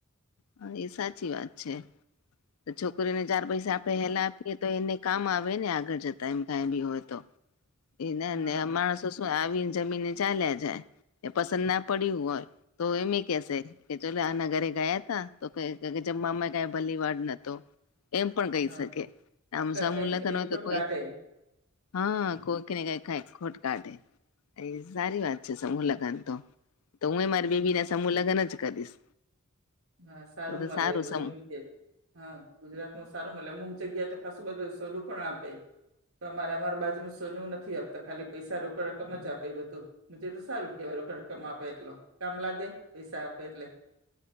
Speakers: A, on the left; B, on the right.
A: હા એ સાચી વાત છે. છોકરીને ચાર પૈસા આપણેે હેલા આપીએ તો એને કામ આવે ને આગળ જતા એમ કંઈ બી હોય, તો એ ના
B: હા
A: ને માણસો શું આવી જમીન ચાલ્યા જાય એ પસંદ ના પડ્યું હોય. તો એમે કેસે કે ચલો આ ન ઘરે ગયા તા તો જમવામાં કઈ ભલી વાડ નતો એમ પણ કહી
B: હા
A: શકે આમ સા
B: કંઈક
A: મુલાખન
B: ને કંઈક
A: હોય
B: ખોટ
A: તો કોઈ
B: કાઢે
A: હા કોઈ કેને કઈ કઈ ખોટ કાઢે એ સારી વાત છે સમૂહ લગન તો તો હુ એ મારી
B: હમ
A: બેબી ના સમૂહ લગ્ન જ કરીશ
B: હા સારુ
A: તો તો
B: મળે
A: સારું
B: એ બધું
A: સમ
B: એમ કે હા ગુજરાતમાં સારું મળે અમુક જગ્યાએ તો ખાસું બધું સરું પણ આપે અમારે અમારા બાજુમાં સોનુ નથી આપતા ખાલી પૈસા રોકડ રકમ જ આપે એ બધુ મુજ તો સારું કેવાયલ રકમ આપે એટલો કામ લાગે પૈસા આપે એટલે